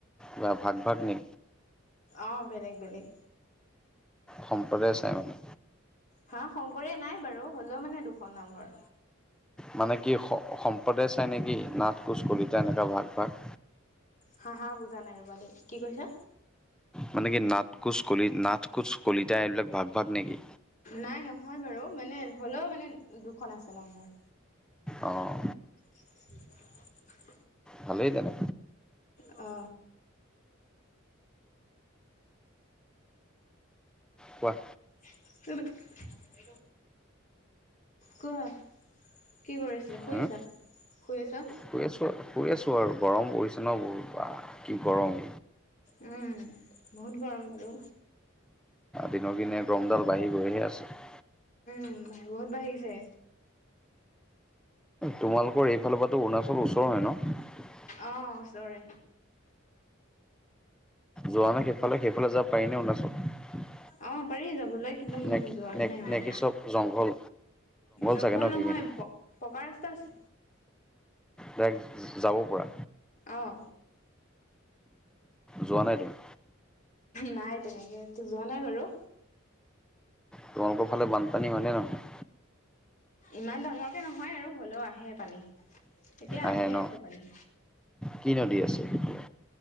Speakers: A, in the centre; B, on the left.
A: বা ভাগ ভাগ নি?
B: অ বেলেগ বেলেগ।
A: সম্প্ৰদায় চাই মানে
B: হা শংকৰে নাই বাৰু হ'লেও মানে দুখন নামঘৰ।
A: মানে কি সম্প্ৰদায় চাই নেকি নাথ কোচ কলিতা এনেকুৱা ভাগ ভাগ
B: হা হা বুজা নাই ৰ'বা দেই কি কৈছা
A: মানে কি নাট কোচ কলি নাট কোচ কলিতা এইবিলাক ভাগ ভাগ নেকি
B: নাই নহয় বাৰু মানে হ'লেও মানে দুখন আছে নামঘৰ
A: অঁ
B: <unintelligible>
A: ভালেই তেনে
B: অ
A: কোৱা
B: কোৱা কি কৰি আছিলা শুই
A: হম?
B: আছা শুই আছা
A: শুই আছো শুই আছো আৰু গৰম পৰিছে ন বহুত কি গৰম
B: উম বহুত গৰম বাৰু
A: দিনক দিনে গৰমডাল বাঢ়ি গৈয়ে আছে
B: উম বহুত বাঢ়িছে।
A: তোমালোকৰ এইফালৰ পৰাটো অৰুণাচল ওচৰ হয় ন।
B: অঁ ওচৰে।
A: যোৱা নাই সেইফালে সেইফালে যাব পাৰিনে অৰুণাচল।
B: অ পাৰি যাবলৈ কিন্তু
A: নে কি
B: যোৱাহে
A: নে
B: নায় মই।
A: নে কি চব জংঘল
B: জংঘল
A: চাগে ন
B: নহয়
A: সেইখিনি?
B: পকা ৰাস্তা আছে।
A: ডাইৰেক্ট যাব পৰা
B: অঁ।
A: যোৱা নায় তুমি?
B: নায় তেনেকেটো যোৱা নায় বাৰু।
A: তোমালোকৰ ফালে বানপানী হয়নে নহয়?
B: ইমান ডাঙৰকে নহয় আৰু হলেও আহে পানী। এতিয়া আহিয়ে
A: আহে ন?
B: আছে পানী।
A: কি নদী আছে সেইফালে?